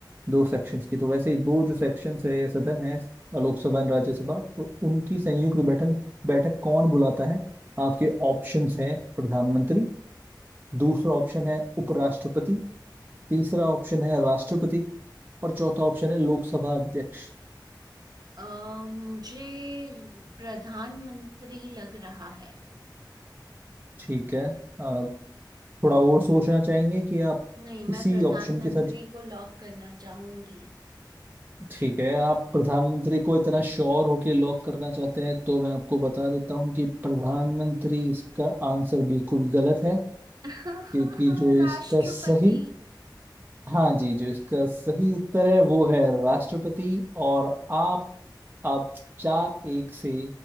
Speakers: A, on the right (about 25°); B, on the right (about 55°).
A: दो सेक्शंस की तो वैसे ही दो जो सेक्शंस है या सदन है लोकसभा एंड राज्यसभा तो उनकी संयुक्त बैठक बैठक कौन बुलाता है आपके ऑप्शंस हैं प्रधानमंत्री दूसरा ऑप्शन है उपराष्ट्रपति तीसरा ऑप्शन है राष्ट्रपति और चौथा ऑप्शन है लोकसभा अध्यक्ष
B: अ, मुझे प्रधानमंत्री लग रहा है
A: ठीक है अ, थोड़ा और सोचना चाहेंगे कि आप
B: नहीं मैं
A: इसी
B: प्रधानमंत्री
A: ऑप्शन के साथ
B: को लॉक करना चाहूंगी
A: ठीक है आप प्रधानमंत्री को इतना श्योर होके लॉक करना चाहते हैं तो मैं आपको बता देता हूँ कि प्रधानमंत्री इसका आंसर बिल्कुल गलत है
B: <laughs>
A: क्योंकि जो
B: राष्ट्रपति
A: इसका सही हाँ जी जो इसका सही उत्तर है वो है राष्ट्रपति और आप अब चार एक से